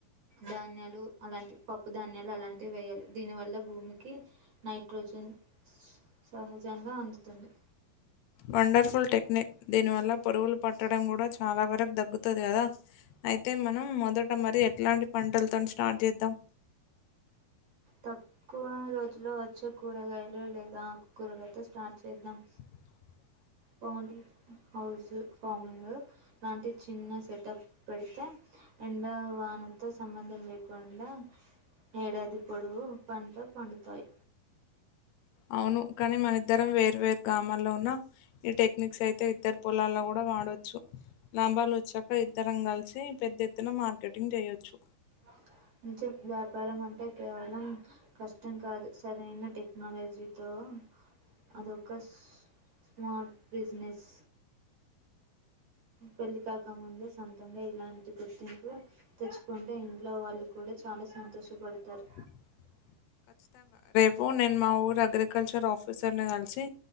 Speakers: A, on the right; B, on the left.
A: ధాన్య లు అలాంటి పప్పు ధాన్యాలు అలాంటివి వేయాలి దీనివల్ల భూమికి నైట్రోజన్ సహజంగ అందుతుంది
B: వండర్ఫుల్ టెక్నిక్ దీనివల్ల పూరుగులు పట్టడం కూడ చాల వరకు దగ్గుతాది కదా అయితే మనం మొదట మరి ఎట్లాంటి పంటలతోని స్టార్ట్ చేద్దాం
A: తక్కువ రోజుల్లో వచ్చే కూరగాయలు లేద ఆకు కూరలతో స్టార్ట్ చేద్దాం
B: <inaudible>
A: పౌలి హౌస్ ఫార్మింగ్ లాంటి చిన్న సెటప్ పెడితే ఎండ వానతో సంబంధం లేకుండా ఏడాది పోడువు పంట పండుతాయి
B: అవును కానీ మన ఇద్దరం వేరూ వేరు <unintelligible> ఉన్న ఈ టెక్నిక్స్ అయితే ఇద్దరు పొలాల్లో కూడ వాడొచ్చు లాభాలు వచ్చాక ఇద్దరం కలిసి పెద్ద ఎత్తున మార్కెటింగ్ చేయొచ్చు
A: అకా <unintelligible> నిజం వ్యాపారం అంటే కేవలం కష్టం కాదు సరైన టెక్నాలజీతో అదో ఒక స్మార్ట్ బిజినెస్ పెళ్లి కాక ముందే సొంతంగ ఇలాంటి గుర్తింపు తెచ్చుకుంటే ఇంట్లో వాళ్ళు కూడ చాల సంతోషపడతారు
B: <inaudible> పో నేను మా ఊరు అగ్రికల్చర్ ఆఫీసర్ని కలిసి